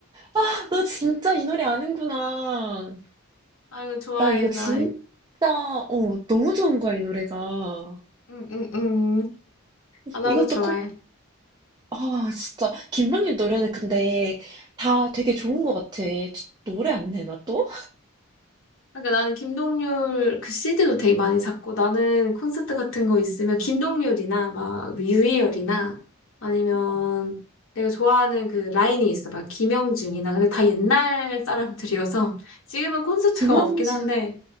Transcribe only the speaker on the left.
아, 이거 좋아해,
나.
응, 응, 응. 아, 나도
좋아해.
아, 그러니까 나는 김동률 그 CD도 되게 많이 샀고 나는 콘서트 같은 거 있으면 김동률이나 막 유희열이나 아니면
내가 좋아하는 그 라인이 있어 막 김영중이나 근데 다 옛날 사람들이어서 <laughs> 지금은 콘서트가
없긴 한데